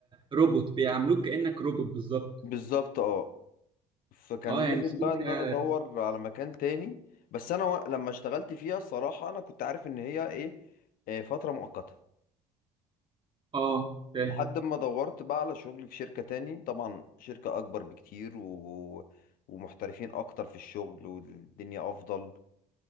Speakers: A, on the right; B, on the left.
A: روبوت بيعاملوك كانك روبوت بالظبط
B: بالظبط اه فكان
A: اه يعني
B: لازم
A: الشركه
B: بقى ان انا ادور على مكان تاني بس انا و... لما اشتغلت فيها الصراحة انا كنت عارف ان هي ايه آه، فترة مؤقتة
A: اه فاهم
B: لحد ما دورت بقى على شغل في شركة تاني طبعا شركة اكبر بكتير و... ومحترفين اكتر في الشغل والدنيا افضل